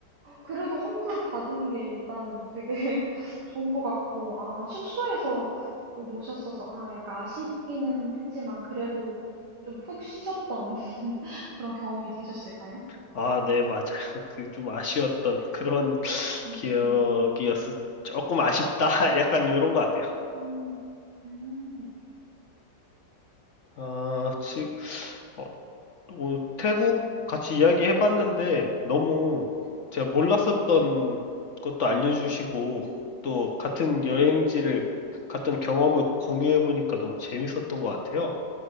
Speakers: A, on the right (about 65°); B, on the left (about 55°).
A: 그래도 환불 받은 게 일단은 되게 <laughs> 좋은 것 같고 아 숙소에서 또 노셨어서 아 약간 아쉽기는 했지만 그래도 좀 푹 쉬셨던 <laughs> 그런 경험이 되셨을까요?
B: 아, 네, 맞아요. <laughs> 그 좀 아쉬웠던 그런 <sniffs>
A: 네.
B: 기억이었어.
A: 음.
B: 조금 아쉽다. <laughs> 약간 이런 것 같아요.
A: 음. 음.
B: 아,
A: 그
B: 지, 어, 또 태국 같이 이야기해봤는데 너무 제가 몰랐었던 것도 알려주시고 또 같은 여행지를 갔던 경험을 공유해보니까 너무 재밌었던 것 같아요.